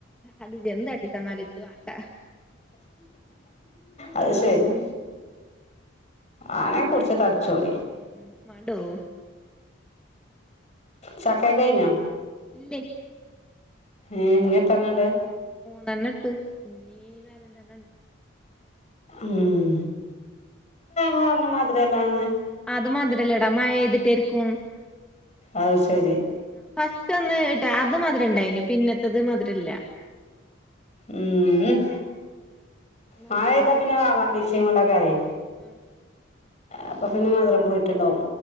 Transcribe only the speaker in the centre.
അത് ജ് എന്താട്ടി തന്നാലും ഇച്ച് വാണ്ട
ഉംഉം മാണ്ടോ
ഇല്ലെ
ത്രണ്ണട്ടു ഇന്നീ നാലഞ്ചണ്ണം
അത് മധ്‌രല്ലടാ മഴെയ്തിട്ടേര്ക്കും
ഫസ്റ്റ് ഒന്ന് ഇട്ടാ അത് മധിരണ്ടായിനി പിന്നത്തത് മധ് രല്ല
മഴെയ്തിട്ട്
ആഹ് ആഹ്